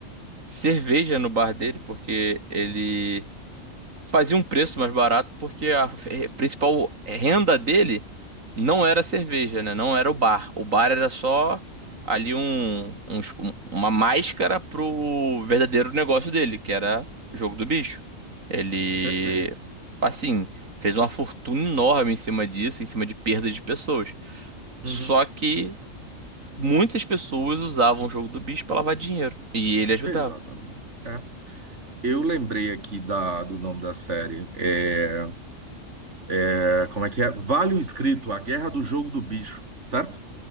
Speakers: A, on the right; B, on the right.
A: cerveja no bar dele, porque ele fazia um preço mais barato porque a eh, principal renda dele não era a cerveja, né? Não era o bar. O bar era só ali um, um es- um- uma máscara pro verdadeiro negócio dele, que era o jogo do bicho. Ele,
B: perfeito.
A: assim, fez uma fortuna enorme em cima disso, em cima de perda de pessoas.
B: Uhum,
A: Só que muitas pessoas usavam o jogo do bicho para lavar dinheiro e ele ajudava.
B: exatamente. É. Eu lembrei aqui da, do nome da série. É, é, como é que é? Vale o Escrito, A Guerra do Jogo do Bicho, certo?